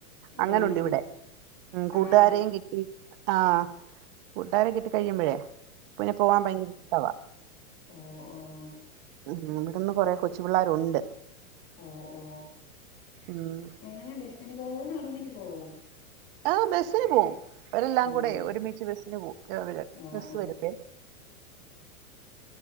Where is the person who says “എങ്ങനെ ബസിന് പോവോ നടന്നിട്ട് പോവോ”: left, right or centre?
Left